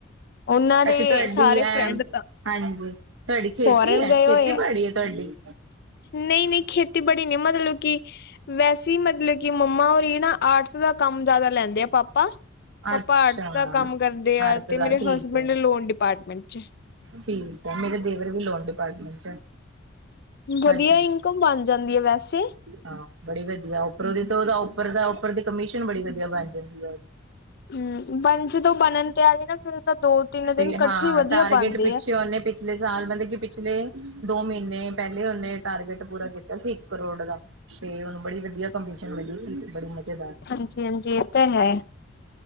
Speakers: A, on the left (about 55°); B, on the right (about 75°).
A: ਉਹਨਾਂ ਦੇ
B: ਤੁਹਾਡੀ
A: ਸਾਰੇ
B: ਹੈ
A: ਫਰੈਂਡ ਤਾਂ
B: ਹਾਂਜੀ ਤੁਹਾਡੀ ਖੇਤੀ
A: ਫੋਰਨ
B: ਹੈ
A: ਗਏ
B: ਖੇਤੀ
A: ਹੋਏ ਆ
B: ਬੜੀ ਹੈ ਤੁਹਾਡੀ
A: ਨਹੀਂ ਨਹੀਂ ਖੇਤੀਬੜੀ ਨਿਮਤ ਮਤਲਬ ਕਿ ਵੈਸੇ ਅਸੀਂ ਮਤਲਬ ਕਿ ਮੰਮਾ ਹੋਰ ਨਾ ਆਰਟ ਦਾ ਕੰਮ ਜ਼ਿਆਦਾ ਲੈਂਦੇ ਆ ਪਾਪਾ ਪਾਪਾ
B: ਅੱਛਾ
A: ਆਰਟ ਦਾ ਕੰਮ ਕਰਦੇ ਆ
B: ਅੜਤ
A: ਤੇ
B: ਦਾ
A: ਮੇਰੇ
B: ਠੀਕ
A: ਹਸਬੈਂਡ
B: ਹੈ
A: ਲੋਨ ਡਿਪਾਰਟਮੈਂਟ ਚ
B: ਠੀਕ ਹੈ ਮੇਰੇ ਦੇਵਰ ਵੀ ਲੋਨ ਡਿਪਾਰਟਮੈਂਟ ਚ ਹੈ
A: ਵਧੀਆ
B: ਹਾਂਜੀ
A: ਇਨਕਮ ਬਣ ਜਾਂਦੀ ਹੈ ਵੈਸੇ
B: ਹਾਂ ਬੜੀ ਵਧੀਆ ਉਪਰ ਉਹਦੇ ਤੋਂ ਉਹਦਾ ਉੱਪਰ ਦਾ ਉਪਰ ਦੀ ਕਮਿਸ਼ਨ ਬੜੀ ਵਧੀਆ ਬਣ ਜਾਂਦੀ ਸੀ
A: ਹਮ ਬਣ ਜਦੋਂ ਬਣਨ ਤੇ ਆ ਜਾਏ ਨਾ ਫਿਰ ਤਾਂ ਦੋ ਤਿੰਨ
B: ਸਹੀ
A: ਦਿਨ ਇਕੱਠੇ
B: ਹਾਂ
A: ਵਧੀਆ
B: ਟਾਰਗੇਟ
A: ਬਣਦੇ
B: ਪਿੱਛੇ
A: ਆ
B: ਉਹਨੇ ਪਿਛਲੇ ਸਾਲ ਮਤਲਬ ਕਿ ਪਿਛਲੇ ਦੋ ਮਹੀਨੇ ਪਹਿਲੇ ਉਹਨੇ ਟਾਰਗੇਟ ਪੂਰਾ ਕੀਤਾ ਸੀ ਇੱਕ ਕਰੋੜ ਦਾ ਤੇ ਉਹਨੂੰ ਬੜੀ ਵਧੀਆ ਕੰਪੀਟੀਸ਼ਨ ਮਿਲੀ ਸੀ ਬੜੀ
A: ਹਾਂਜੀ ਹਾਂਜੀ ਇਹ ਤਾਂ ਹੈ।